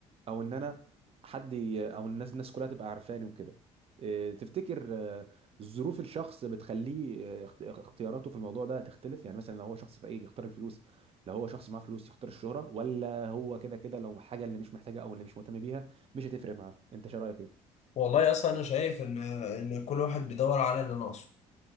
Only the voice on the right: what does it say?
او ان انا حد ي- او الناس الناس كلها تبقى عارفاني وكده إيه، تفتكر آه، ظروف الشخص بتخليه آه، اخت- اختياراته في الموضوع ده تختلف يعني مثلا لو هو شخص فقير يختار الفلوس لو هو شخص معاه فلوس يختار الشهرة ولا هو كده كده لو حاجة اللي مش محتاجها او اللي مش مهتم بيها مش هتفرق معاه انت شو رأيك ايه